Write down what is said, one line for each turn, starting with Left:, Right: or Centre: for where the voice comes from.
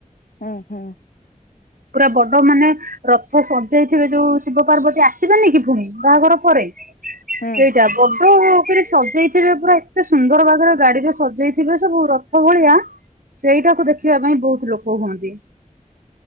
Left: ଉଁ ହୁଁ।
Right: ପୁରା ବଡ ମାନେ ରଥ ସଜାଇଥିବେ ଯୋଉ ଶିବ ପାର୍ବତୀ ଆସିବେନି କି ଫୁଣି ବାହାଘର ପରେ।
Left: ହୁଁ
Right: ସେଇଟା ବଡ଼ ଅ ପରି ସଜେଇଥିବେ ପୁରା ଏତେ ସୁନ୍ଦର ବାଗରେ ଗାଡିକୁ ସଜେଇଥିବେ ସବୁ ରଥ ଭଳିଆ ସେଇଟାକୁ ଦେଖିବା ପାଇଁ ବହୁତ ଲୋକ ହୁଅନ୍ତି।